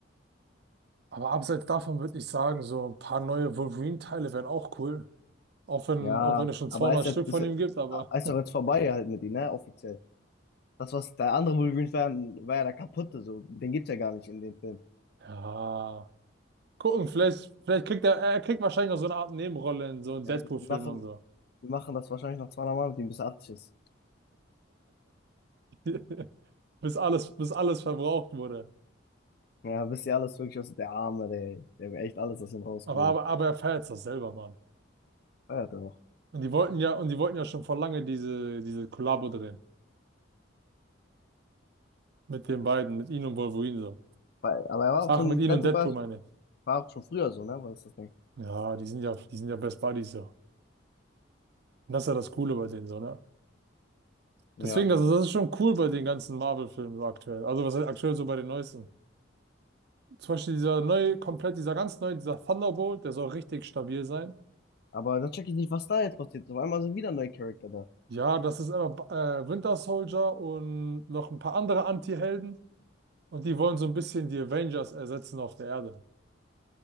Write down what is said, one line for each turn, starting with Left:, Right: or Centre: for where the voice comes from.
Right: Aber abseits davon würde ich sagen, so ein paar neue Wolverine-Teile wären auch cool. Auch wenn,
Left: Ja,
Right: auch wenn es schon
Left: aber
Right: 200
Left: er ist
Right: Stück
Left: ja, ist
Right: von
Left: ja,
Right: ihm gibt, aber
Left: er ist doch jetzt vorbei halt mit ihm, ne, offiziell. Das, was der andere Wolverine war, war ja der kaputte, so. Den gibt's ja gar nicht in dem Film.
Right: <laughs> ja. Gucken, vielleicht, vielleicht kriegt er, er kriegt wahrscheinlich noch so eine Art Nebenrolle in so einem
Left: Ja,
Right: Deadpool-Film
Left: die machen,
Right: und so.
Left: die machen das wahrscheinlich noch 200 Mal mit ihm, bis er 80 ist.
Right: <laughs> bis alles, bis alles verbraucht wurde.
Left: Ja, wisst ihr alles wirklich, was der Arme, der, der hat echt alles aus ihm rausgeholt.
Right: Aber, aber, aber er feiert's doch selber, Mann.
Left: Feiert er auch.
Right: Und die wollten ja, und die wollten ja schon vor lange diese, diese Kollabo drehen. Mit den beiden, mit ihm und Wolverine so.
Left: Weil- Aber er war auch
Right: Ach,
Left: schon,
Right: mit ihm
Left: Deadpool
Right: und Deadpool
Left: war,
Right: meine ich.
Left: war auch schon früher so, ne, war das das Ding.
Right: Ja, die sind ja, die sind ja Best Buddies so. Und das ist ja das Coole bei denen so, ne?
Left: Ja.
Right: Deswegen, das, das ist schon cool bei den ganzen Marvel-Filmen so aktuell. Also was heißt aktuell so bei den neuesten. Zum Beispiel dieser neue, komplett, dieser ganz neue, dieser Thunderbolt, der soll richtig stabil sein.
Left: Aber da check ich nicht, was da jetzt passiert. Auf einmal sind wieder neue Charakter da.
Right: Ja, das ist immer äh, Winter Soldier und noch ein paar andere Anti-Helden. Und die wollen so ein bisschen die Avengers ersetzen auf der Erde.